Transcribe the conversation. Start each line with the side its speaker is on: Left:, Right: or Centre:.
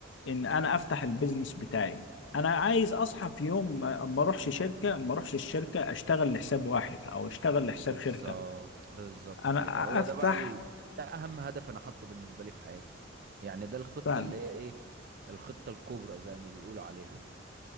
Left: ان انا افتح البيزنس بتاعي انا عايز اصحى في يوم ما ما اروحش شركه ما اروحش الشركه اشتغل لحساب واحد او اشتغل لحساب
Right: بالظبط
Left: شركه
Right: بالظبط
Left: انا
Right: كده هو
Left: افتح
Right: ده بقى ال... ده اهم هدف انا حاطه بالنسبة لي في حياتي يعني ده الخطة
Left: فعلا
Right: اللي هي ايه الخطة الكبرى زي ما بيقولوا عليها